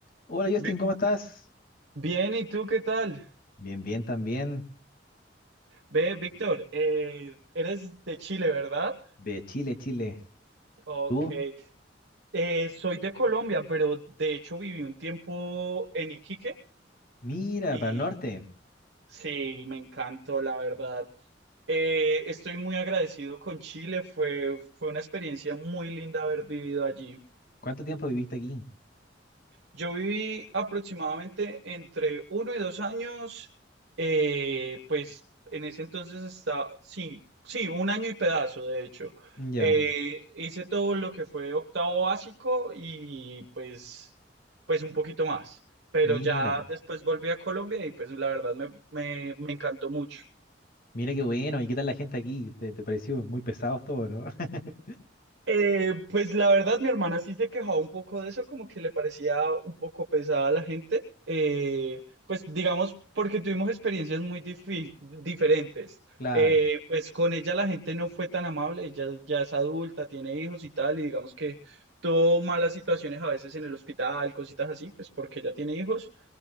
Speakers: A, on the left; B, on the right.
A: Hola Justin,
B: Vic-
A: ¿cómo estás?
B: Bien, ¿y tú qué tal?
A: Bien, bien también.
B: Ve, Víctor, eh, eres de Chile, ¿verdad?
A: De Chile, Chile.
B: Ok.
A: ¿Tú?
B: Eh, soy de Colombia, pero de hecho viví un tiempo en Iquique
A: Mira,
B: y
A: para el norte.
B: sí, me encantó, la verdad. Eh, estoy muy agradecido con Chile, fue, fue una experiencia muy linda haber vivido allí.
A: ¿Cuánto tiempo viviste aquí?
B: Yo viví aproximadamente entre uno y dos años, eh, pues en ese entonces está, sí, sí, un año y pedazo, de hecho.
A: Ya,
B: Eh, hice todo lo que fue octavo básico y pues, pues un poquito más, pero
A: mira.
B: ya después volví a Colombia y pues la verdad me, me, me encantó mucho.
A: Mira qué bueno. ¿Y qué tal la gente aquí? ¿Te, te pareció muy pesado todo, no? <laughs>
B: Eh, pues la verdad, mi hermana sí se quejaba un poco de eso, como que le parecía un poco pesada a la gente. Eh, pues digamos, porque tuvimos experiencias muy difi- diferentes.
A: Claro.
B: Eh, pues con ella la gente no fue tan amable, ella ya es adulta, tiene hijos y tal, y digamos que tuvo malas situaciones a veces en el hospital, cositas así, pues porque ella tiene hijos.